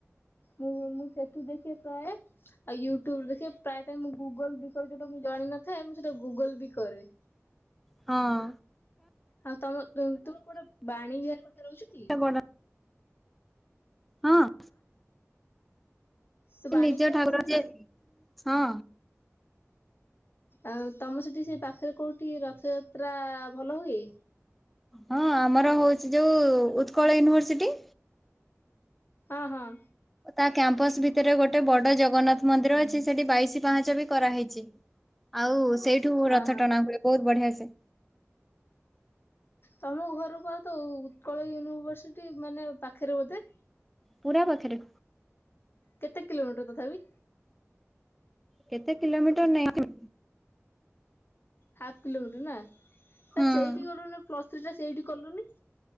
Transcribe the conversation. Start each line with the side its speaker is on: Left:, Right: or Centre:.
Left: ମୁଁ ମୁଁ ସେଠୁ ଦେଖି ପ୍ରାୟ ଆଉ ୟୁ ଟୁବରୁ ଦେଖେ ପ୍ରାୟ ଟାଇମ ମୁଁ ଗୁଗଲ ବି କରେ ଯଉଟା ମୁଁ ଜଣିନଥାଏ ମୁଁ ସେଇଟା ଗୁଗଲ ବି କରେ।
Centre: ହଁ।
Left: ଆଉ ତମ ତୋ ଗୋଟେ ବାଣୀ ବିହାର ପାଖରେ ରହୁଚୁ ଟି?
Centre: ବଡ ହଁ।
Left: ତୁ ବାଣୀ
Centre: ନିଜ
Left: ବିହାର
Centre: ଠାକୁର
Left: ରହୁଛୁ
Centre: ଯିଏ
Left: ନା?
Centre: ହଁ।
Left: ଆଉ ତମ ସେଠି ସେ ପାଖରେ କୋଉଠି ରଥଯାତ୍ରା ଭଲ ହୁଏ?
Centre: ହଁ ଆମର ହଉଛି ଯୋଉ ଉତ୍କଳ ୟୁନିଭରସିଟି
Left: ହଁ ହଁ।
Centre: ତା କ୍ୟାମ୍ପସ ଭିତରେ ଗୋଟେ ବଡ ଜଗନ୍ନାଥ ମନ୍ଦିର ଅଛି ସେଠି ବାଇଶି ପାହାଚ ବି କରାହେଇଛି। ଆଉ ସେଇଠୁ ରଥ
Left: ଅ ହଁ।
Centre: ଟଣା ହୁଏ ବହୁତ ବଢିଆ ସେ।
Left: ତମ ଘରକୁ ଆ ତ ଉତ୍କଳ ୟୁନିଭରସିଟି ମାନେ ପାଖରେ ବୋଧେ?
Centre: ପୁରା ପାଖରେ।
Left: କେତେ କିଲୋମିଟର ତଥାପି?
Centre: କେତେ କିଲୋମିଟର ନାହିଁ
Left: ହାଫ କିଲୋମିଟର ନା
Centre: ହୁଁ।
Left: ସେଇଠି ଗଲୁନି ପ୍ଲସ ଥ୍ରୀ ଟା ସେଇଠି କଲୁନି?